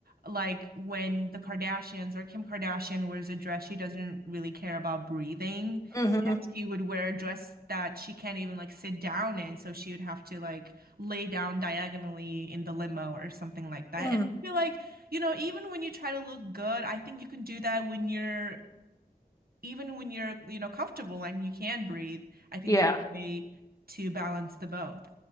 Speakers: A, on the right; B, on the left.
A: like when the Kardashians or Kim Kardashian wears a dress, she doesn't really care about breathing.
B: hmm
A: And she would wear a dress that she can't even like sit down in, so she would have to like lay down diagonally in the limo or something like that.
B: Mm.
A: And I feel like, you know, even when you try to look good, I think you can do that when you're even when you're, you know, comfortable and you can breathe, I think
B: Yeah.
A: there's a way to balance the both.